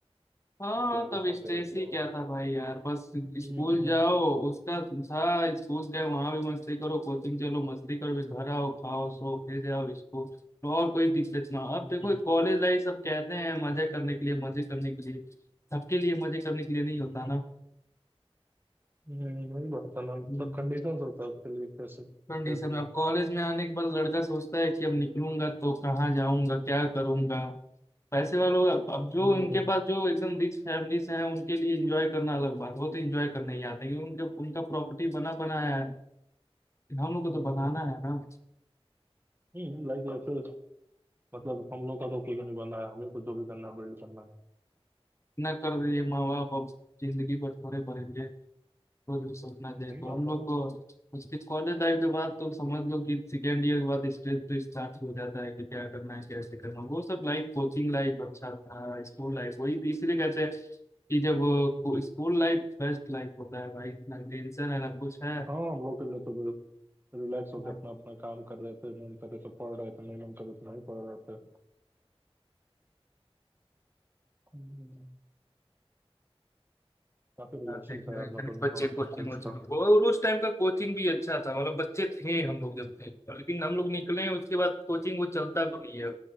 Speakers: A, on the left; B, on the right.
A: हाँ
B: चेंजेस
A: तब स्ट्रेस
B: आते रहते
A: ही
B: हैं
A: क्या था भाई यार बस
B: हम्म,
A: स्कूल जाओ उसका था स्कूल जाओ वहां भी मस्ती करो कोचिंग चलो मस्ती करो फिर घर आओ खाओ सो फिर जाओ स्कूल और कोई दिक्कत ना
B: हम्म,
A: अब देखो कॉलेज लाइफ सब कहते हैं मजे करने के लिए मजे करने के लिए सबके लिए मजे करने के लिए नहीं
B: हम्म,
A: होता
B: हम्म, वही बात है ना
A: ना
B: सब कंडीशंस होता है उसके लिए कैसे क्या
A: कंडीशन
B: करना
A: में अब
B: है।
A: कॉलेज में आने के बाद लड़का सोचता है कि अब निकलूंगा तो कहाँ जाऊंगा क्या करूंगा पैसे वालों अब अब जो
B: हम्म,
A: उनके पास जो एकदम रिच फैमिलीज हैं उनके लिए एंजॉय करना अलग बात है। वो तो एंजॉय करने ही आते हैं क्योंकि उनके उनका प्रॉपर्टी बना बनाया है हम लोग को
B: हम्म,
A: तो बनाना है ना
B: हम्म लाइक ऐसे मतलब हम लोग का तो कुछ नहीं बना है हमें कुछ जो भी करना है बिल्ड करना है
A: इतना कर दिए माँ बाप अब जिंदगी पर थोड़े पड़ेंगे खुद सपना
B: हम्म,
A: थे
B: वही
A: तो
B: बात
A: हम लोग
B: है ना
A: को उसके कॉलेज लाइफ के बाद तो समझ लो कि सेकेंड ईयर के बाद स्ट्रेस तो स्टार्ट हो जाता है कि क्या करना है कैसे करना है। वो सब लाइफ कोचिंग लाइफ अच्छा था स्कूल लाइफ वही तीसरे कहते हैं कि जब स्कूल लाइफ बेस्ट लाइफ होता है भाई ना टेंशन है ना कुछ है
B: हाँ हम लोग के लिए तो बस रिलैक्स होकर
A: ना
B: अपना अपना काम कर रहे थे मन कर रहे थे पढ़ रहे थे नहीं मन कर रहे थे नहीं पढ़ रहे थे काफी रिलैक्सिंग
A: साथ में जो
B: था यार
A: है, कभी
B: मतलब वो
A: बच्चे
B: बहुत
A: कोचिंग
B: अच्छा फेस
A: वोचिंग
B: था
A: वो- और उस टाइम का कोचिंग भी अच्छा था मतलब बच्चे थे हम लोग जब थे और लेकिन हम लोग निकले हैं उसके बाद कोचिंग वो चलता भी नहीं है